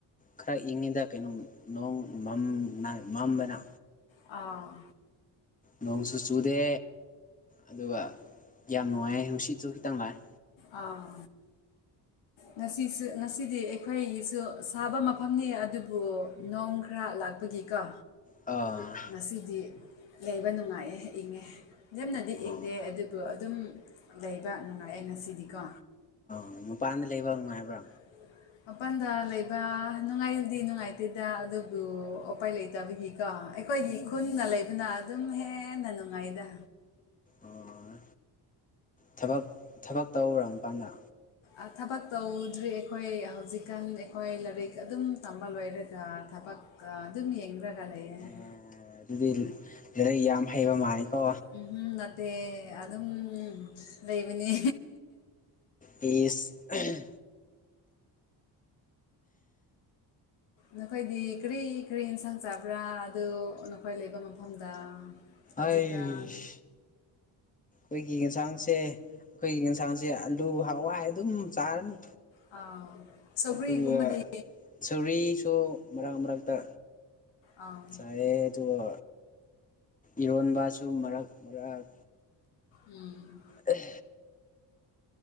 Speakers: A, on the left; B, on the left.
A: ꯈꯔ ꯏꯪꯉꯤꯗ ꯀꯩꯅꯣꯝ ꯅꯣꯡ ꯃꯝ ꯃꯝꯕꯅꯥ
B: ꯑꯥ꯫
A: ꯅꯣꯡꯁꯨ ꯆꯨꯗꯦ ꯑꯗꯨꯒ ꯌꯥꯝ ꯅꯨꯡꯉꯥꯏ ꯅꯨꯡꯁꯤꯠꯁꯨ ꯈꯤꯇꯪ ꯂꯥꯛꯑꯦ꯫
B: ꯑꯥ꯫ ꯉꯁꯤꯁꯨ ꯉꯁꯤꯗꯤ ꯑꯩꯈꯣꯏꯒꯤꯁꯨ ꯁꯥꯕ ꯃꯐꯝꯅꯤ ꯑꯗꯨꯕꯨ ꯅꯣꯡ ꯈꯔ ꯂꯥꯛꯄꯒꯤ ꯀꯣ
A: ꯑꯥ꯫
B: ꯉꯁꯤꯗꯤ ꯂꯩꯕ ꯅꯨꯡꯉꯥꯏꯑꯦ ꯏꯪꯉꯦ ꯌꯥꯝꯅꯗꯤ
A: ꯑꯥ
B: ꯏꯪꯗꯦ ꯑꯗꯨꯕꯨ ꯑꯗꯨꯝ ꯂꯩꯕ ꯅꯨꯡꯉꯥꯏꯑ° ꯉꯁꯤꯗꯤꯀꯣ꯫
A: ꯎꯝ ꯃꯄꯥꯟꯗ ꯂꯩꯕ ꯅꯨꯡꯉꯥꯏꯕ꯭ꯔꯣ꯫
B: <unintelligible> ꯃꯄꯥꯟꯗ ꯂꯩꯕ ꯅꯨꯡꯉꯥꯏꯗꯤ ꯅꯨꯡꯉꯥꯏꯇꯦꯗ ꯑꯗꯨꯕꯨ ꯎꯄꯥꯏ ꯂꯩꯇꯕꯒꯤ ꯗꯣ ꯑꯩꯈꯣꯏꯒꯤ ꯈꯨꯟꯗ ꯂꯩꯕꯅ ꯑꯗꯨꯝ ꯍꯦꯟꯅ ꯅꯨꯡꯉꯥꯏꯗ꯫
A: ꯑꯥ ꯊꯕꯛ ꯊꯕꯛ ꯇꯧꯔꯕ ꯃꯄꯥꯟꯗ꯫
B: ꯑ ꯊꯕꯛ ꯇꯧꯗ꯭ꯔꯤ ꯑꯩꯈꯣꯏ ꯍꯧꯖꯤꯛꯀꯥꯟ ꯑꯩꯈꯣꯏ ꯂꯥꯏꯔꯤꯛ ꯑꯗꯨꯝ ꯇꯝꯕ ꯂꯣꯏꯔꯒ ꯊꯕꯛ ꯑ ꯑꯗꯨꯝ ꯌꯦꯡꯂꯒ ꯂꯩꯌ°꯫
A: ꯑꯦ ꯑꯗꯨꯗꯤ ꯂꯥꯏꯔꯤꯛ ꯌꯥꯝ ꯍꯩꯕ ꯃꯥꯜꯂꯤꯀꯣ꯫
B: ꯎꯝ ꯍꯨꯝ ꯅꯠꯇꯦ ꯑꯗꯨꯝ ꯂꯩꯕꯅꯤ
A: ꯏꯁ ꯑꯝ꯫
B: ꯅꯈꯣꯏꯗꯤ ꯀꯔꯤ ꯀꯔꯤ ꯏꯟꯁꯥꯡ ꯆꯥꯕ꯭ꯔꯥ ꯑꯗꯨ ꯅꯈꯣꯏ ꯂꯩꯕ ꯃꯐꯝꯗ꯫ ꯍꯧꯖꯤꯛꯀꯥꯟ
A: ꯑꯥꯏꯁ ꯑꯩꯈꯣꯏꯒꯤ ꯌꯦꯟꯁꯥꯡꯁꯦ꯫ ꯑꯩꯈꯣꯏꯒꯤ ꯌꯦꯟꯁꯥꯡꯁꯦ ꯑꯂꯨ ꯍꯋꯥꯏ ꯑꯗꯨꯝ ꯆꯥꯔꯅꯤ꯫
B: ꯑꯥ ꯁꯧꯒ꯭ꯔꯤꯒꯨꯝꯕꯗꯤ
A: ꯑꯗꯨꯒ ꯁꯧꯒ꯭ꯔꯤꯁꯨ ꯃꯔꯛ ꯃꯔꯛꯇ
B: ꯑꯥ
A: ꯆꯥꯏꯑꯦ ꯑꯗꯨꯒ ꯏꯔꯣꯟꯕꯁꯨ ꯃꯔꯛ ꯃꯔꯛ
B: ꯎꯝ
A: ꯑꯦ꯫